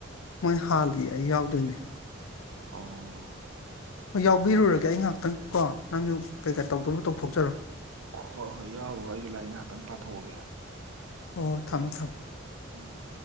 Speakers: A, on the left; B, on the right.
A: ꯃꯣꯏ ꯍꯥꯥꯜꯂꯤ ꯑꯩ ꯌꯥꯎꯗꯣꯏꯅꯦ
B: ꯑꯣ
A: ꯍꯣꯏ ꯌꯥꯎꯕꯤꯔꯨꯔꯒꯦ
B: ꯑꯗꯨꯗꯤ
A: ꯑꯩ ꯉꯍꯥꯛꯇꯪ ꯀꯣ ꯅꯪꯁꯨ ꯀꯩꯀꯥ ꯇꯧꯗꯧꯕ ꯇꯧꯊꯣꯛꯆꯔꯣ
B: ꯍꯣ ꯍꯣꯏ ꯌꯥꯎꯔꯨꯔꯣ ꯑꯩꯁꯨ ꯂꯥꯏꯔꯤꯛ ꯉꯥꯏꯍꯥꯛꯇꯪ ꯄꯥꯊꯣꯛꯑꯒꯦ
A: ꯑꯣ ꯊꯝꯃꯣ ꯊꯝꯃꯣ
B: ꯎꯝ